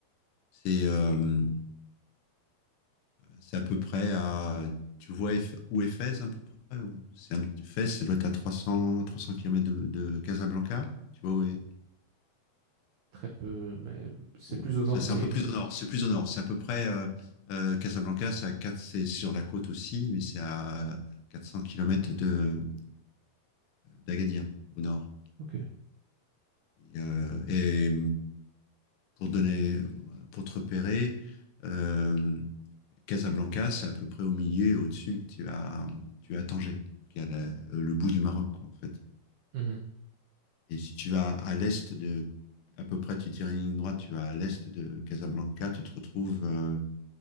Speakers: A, on the left; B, on the right.
A: C'est euh, c'est à peu près à. Tu vois Eph- où est Fès à peu près? ou- C'est un petit Fès, ça doit être à 300, 300 km de, de Casablanca. Tu vois où est,
B: Très peu, mais c'est
A: Oh,
B: plus au nord
A: Ça, c'est
B: que d'Agadir.
A: un peu plus au nord. C'est plus au nord. C'est à peu près euh, euh, Casablanca, c'est à 4, c'est sur la côte aussi, mais c'est à 400 kilomètres de d'Agadir, au nord.
B: Ok.
A: Et, euh, et pour donner, pour te repérer, euh, Casablanca, c'est à peu près au milieu, et au-dessus, tu as, tu as Tanger, qui est à la- euh, le bout du Maroc, quoi, en fait.
B: Mhm.
A: Et si tu vas à l'est de, à peu près, tu tires une ligne droite, tu vas à l'est de Casablanca, tu te retrouves euh,